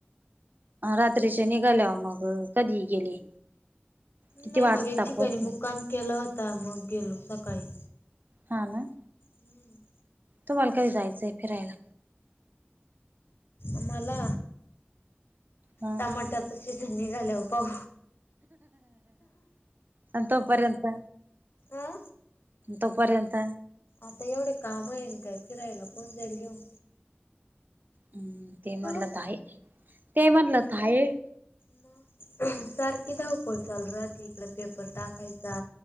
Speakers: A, on the right; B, on the left.
A: रात्रीचे निघाल्यावर मग कधी गेले? किती
B: नाही
A: वाजता
B: मग, एक ठिकाणी
A: पोहोचले
B: मुक्काम केलं होता, मग गेलो सकाळी.
A: हा, ना.
B: हम्म.
A: तुम्हाला काय जायचंय फिरायला?
B: आम्हाला,
A: हा
B: टमाट्याच शीन्न निघाल्यावर पाहू.
A: आणि तो पर्यंत.
B: अ
A: तोपर्यंत.
B: आता एवढे काम येऊन, काय फिरायला कोण जाईल घेऊन.
A: हम्म, ते म्हणलं
B: अ
A: तर आहे, ते म्हणलं तर आहे.
B: म. सारखी धावपळ चालू राहती इकडं पेपर टाकायचा.